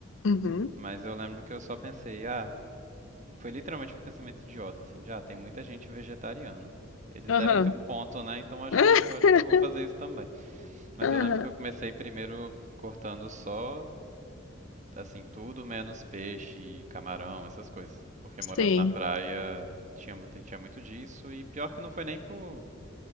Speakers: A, on the left; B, on the right.
A: Uhum.
B: Mas eu lembro que eu só pensei, ah, foi literalmente um pensamento idiota, assim, já ah, tem muita gente vegetariana. Eles
A: Aham.
B: devem ter um ponto, né? Então acho
A: <laughs>
B: que eu acho que eu vou fazer isso também. Mas
A: Aham.
B: eu lembro que eu comecei primeiro cortando só assim tudo menos peixe, camarão, essas coisas, porque
A: Sim.
B: morando na praia tinha mu- tinha muito disso e pior que não foi nem por